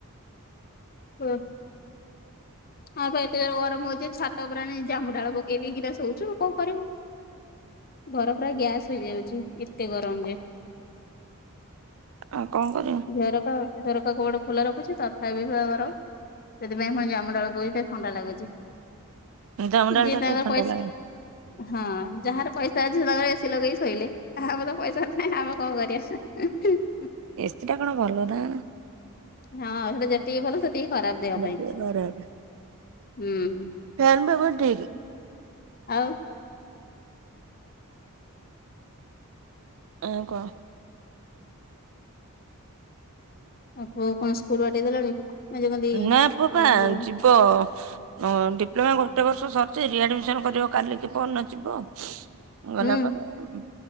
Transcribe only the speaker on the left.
<unintelligible> ହଁ ପା ଏତେ ଜୋରରେ ଗରମ ହୋଉଚି ଯେ ଛାତ ଓପରେ ଏଣେ ଜାମୁ ଡାଳ ପକେଇ ଦେଇକିନା ଶୋଉଚୁ କଣ କରିବୁ। ଘର ପୁରା ଗ୍ୟାସ ହେଇଯାଉଚି ଏତେ ଗରମ ଯେ।
ଝରକା ଝରକା କବାଟ ଖୋଲା ରଖୁଚି ତଥାପି ପା ଗରମ। ସେଥିପାଇଁ ଫୁଣି ଜାମୁଡାଳ ପକେଇ ଟିକିଏ ଥଣ୍ଡା ଲାଗୁଚି
ଯିଏ
ତାଙ୍କର
ପଇ
ହଁ ଯାହାର ପଇଷା ଅଛି ତାଙ୍କର ଏସିି ଲଗେଇ କି ଶୋଇଲେ। ଆଃହା ଆମର ତ ପଇ ଆମର ତ ନାହିଁ ଆମେ କଣ କରିବା।
ହଁ ସେଟା ଯେତିକି ଭଲ ସେତିକି ଖରାପ ଦେହ ପାଇଁ
ହୁଁ।
ଆଉ
ଆଉ ପୁଅ କଣ ସ୍କୁଲ ବାଠେଇ ଦେଲଣି। ନା ଯୋଉ କହନ୍ତି
ତମ
ଯୋଉ
ହୁଁ